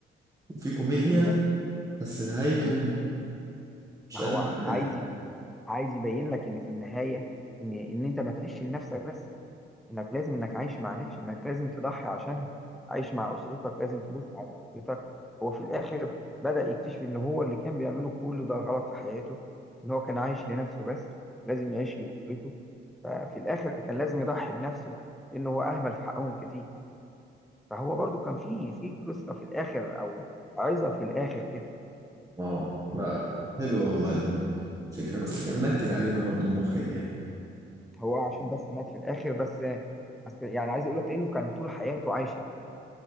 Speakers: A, on the right; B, in the centre.
A: وفي كوميديا
B: ليه بس
A: بس نهايته
B: ال-
A: مش
B: هو
A: أجمل حاجة
B: عايز عايز يبين لك إن في النهاية إن إن أنت ما تعيش لنفسك بس انك لازم انك عايش مع ناس انك لازم تضحي عشانهم عايش مع اسرتك لازم تبص على اسرتك هو في الاخر بدأ يكتشف ان هو اللي كان بيعمله كله ده غلط في حياته ان هو كان عايش لنفسه بس ولازم يعيش لاسرته ففي الاخر كان لازم يضحي بنفسه لانه هو اهمل في حقهم كتير فهو برضو كان في في قصة في الاخر او عظة في الاخر كده
A: اه لا حلو والله الفكرة بس نكد علينا برضو المخرج يعني
B: هو عشان بس مات في الاخر بس بس يعني عايز اقول لك لانه كان طول حياته عايش لنفسه